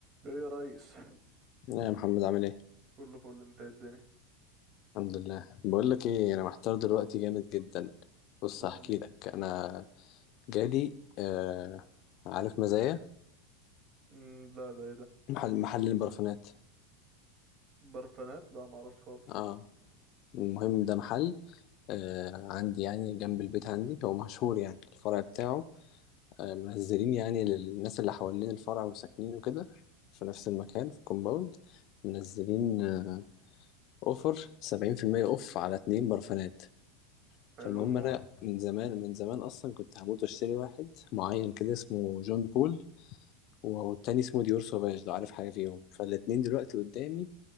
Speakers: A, on the right; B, on the left.
A: ايه يا ريس
B: يا محمد عامل ايه؟
A: كله فل انت إيه الدنيا
B: الحمد لله بقول لك ايه انا محتار دلوقتي
A: قول
B: جامد جدا بص
A: قول
B: هحكي
A: لي
B: لك انا جالي آه عارف مزايا
A: مم لا ده ايه ده
B: محل محل البرفانات
A: برفانات لا ما اعرفش خالص
B: اه المهم ده محل آه عندي يعني جنب البيت عندي هو مشهور يعني الفرع بتاعه آه منزلين يعني للناس اللي حوالين الفرع وساكنين وكده في نفس المكان في كومباوند منزلين آه اوفر سبعين في المية اوف على اتنين برفانات
A: حلو
B: فالمهم
A: موت
B: انا من زمان من زمان اصلا كنت هموت واشتري واحد معين كده اسمه جون بول والتاني اسمه ديور سوفاج لو عارف حاجه فيهم فالاتنين دلوقتي قدامي